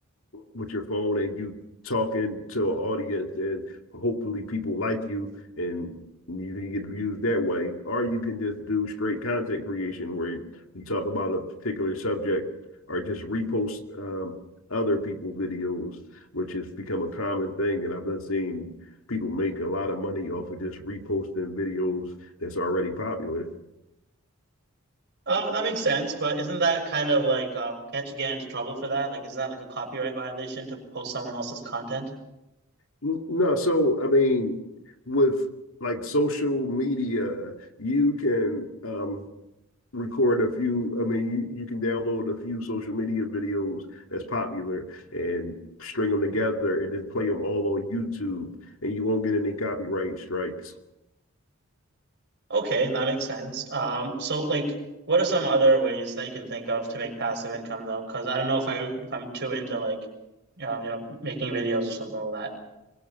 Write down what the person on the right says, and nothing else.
Uh, that makes sense, but isn't that kind of like, uh, can't you get into trouble for that? Like, is that like a copyright violation to post someone else's content?
Okay, that makes sense. Um, so like, what are some other ways that you can think of to make passive income though? Because I don't know if I if I'm too into like, you know, you know, making videos or something like that.